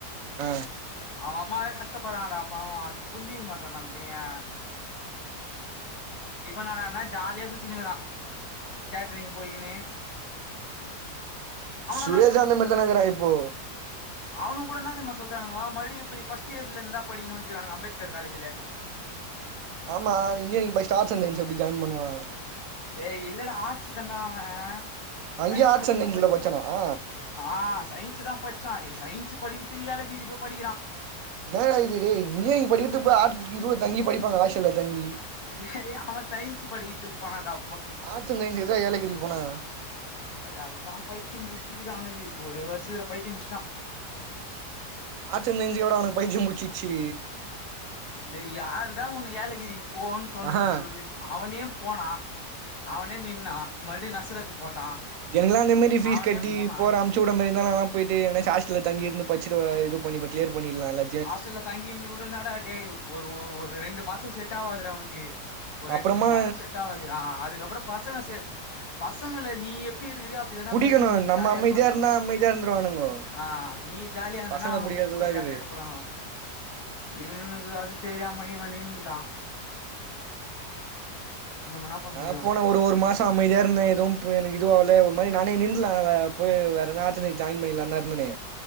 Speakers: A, on the right (about 70°); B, on the left (about 40°).
A: ஆ
B: அவங்க அம்ம கஷ்ட கஷ்டப்படுறாங்கடா பாவம் அது புரிஞ்சுக்க மாட்டேன்றான் டா அந்த பையன் இப்ப என்ன டானா ஜாலியா சுத்தின்னு இருக்குறான் கேட்ரிங் போய்கின்னு
A: சுரேஷும்
B: என்ன
A: அந்த மாதிரி தான் இருக்குறான் இப்போ
B: அவனுங்க கூட என்ன தெரியுமா சொல்றனுங்க ம் மறுபடியும் இப்ப நீ பர்ஸ்ட் இயர்ல இருந்துதான் படிக்கணும்னானுங்க அம்பேத்கர் காலேஜ்ல
A: ஆமா இன்ஜினியரிங் படிச்சிட்டு ஆர்ட்ஸ் அண்ட் சைன்ஸ்ல எப்படி ஜாயின் பண்ணுவான்
B: ஏய் இல்லடா ஆர்ட்ஸ் தண்டா அவன்
A: அங்கயே
B: சயின்ஸ்
A: ஆர்ட்ஸ்
B: குருப்பு
A: அண்ட்
B: தான்
A: சயின்ஸ்ல
B: படிச்சான்
A: படிச்சானா
B: ஆ சயின்ஸ் தான் படிச்சான் சயின்ஸ் படிக்கிறதுக்கு ஏலகிரிப் போய் படிக்கிறான்
A: ஏலகிரி இன்ஜினியரிங் படிக்கிறது போய் ஹாஸ்டல் தங்கி படிப்பாங்களாம் ஹாஸ்டல்ல தங்கி
B: டே அவன் சயின்ஸ் படிக்கிறதுக்கு போனான் டா
A: ஆர்ட்ஸ் அண்ட் சயின்ஸ் தான் ஏலகிரி போனான்
B: ப அதுதான் பைத்தியம் புடிச்சிருக்கு அவனுக்கு ஒரு வருஷத்துல பைத்தியம் பிடிச்சுட்டான்
A: ஆர்ட்ஸ் அண்ட் சயின்ஸ்கா அவனுக்கு பைத்தியம் புடுச்சுஇருக்கு
B: டேய் யாருடா உன்ன ஏலகிரிக்கு போன்னு சொன்னது
A: ஆஹா
B: சொல்லு அவனே போனா அவனே நின்னா மறுபடி நஸ்ரத் போட்டா
A: எங்ல்லா அந்த மேரி ஃபீஸ்
B: அவனே
A: கட்டி
B: போனா
A: போறம் சூடமா இருந்தல்லா போயிட்டு எங்கனாச்சு ஹாஸ்டல்ல தங்கி இருந்து பட்ச்சுட்டு இது பண்ணி கிளியர் பண்ணிட்லால்ல
B: ஹாஸ்டல்ல தங்கியிருந்து கூட என்னாடாடே ஒரு ஒரு ரெண்டு மாசோ செட் ஆவாதுடா உனுக்கு ஒரு ரெண்டு
A: அப்புறமா
B: மூணு வாரோ செட் ஆவாது ஆ அதுக்கப்பறோ பசங்க செ பசங்கள நீ எப்டி இருக்கிறியோ அப் நீங்கனா
A: புடிக்கணு
B: பசங்க
A: நம்ம
B: ஜாலியா
A: அமைதியா
B: இருப்பானுங்கோ
A: இருந்தா அமைதியா இருந்துருவானுங்கோ
B: ஆ நீ ஜாலியா இருந்தன்னா
A: பசங்கள
B: அவனுங்க
A: புடிக்கிறதுலதா
B: உங்கூட
A: இருக்குது
B: ஜாலியா இருப் குரானோ இவனுக்கு அது தெரியாம இவ நின்னுட்டா நம்ம என்ன பண்ண
A: நா
B: முடியு
A: போன ஒரு ஒரு மாச நா அமைதியா இருந்தே எதும் ப்ப இதுவாவல ஒரு மாரி நானே நின்ந்தலா போய் வேறெதா ஆச்சு ஜாயின் பண்ணலாந்தா இருந்தனே